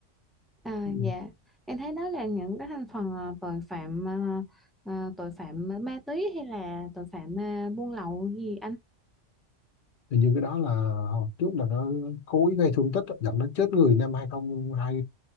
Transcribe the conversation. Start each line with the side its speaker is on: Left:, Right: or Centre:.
Centre: à
Left: ừ.
Centre: dạ em thấy đó là những cái thành phần à, tội phạm à, à, tội phạm ma túy hay là tội phạm à, buôn lậu gì anh
Left: Hình như cái đó là hồi trước là nó cố ý gây thương tích dẫn đến chết người năm hai không hai